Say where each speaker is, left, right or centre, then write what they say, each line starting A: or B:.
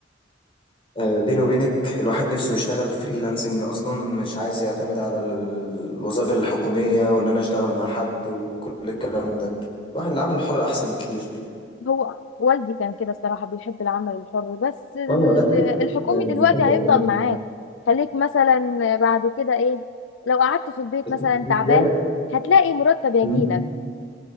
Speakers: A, on the left; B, on the left.
A: آه، بيني وبينك الواحد نفسه يشتغل فريلانسنج اصلا مش عايز يعتمد على ال- الوظائف الحكوميه ولا انا اشتغل مع حد وكل الكلام ده الواحد العمل الحر احسن بكتير
B: هو والدي كان كده الصراحة بيحب العمل الحر بس ال-
A: اه لا اي
B: الحكومي
A: حد يعني
B: دلوقتي
A: بيفضل
B: هيفضل
A: يعني
B: معاك خليك مثلا بعد كده ايه لو قعدت في البيت
A: التكنولوجيا
B: مثلا تعبان هتلاقي مرتب يجيلك
A: مم.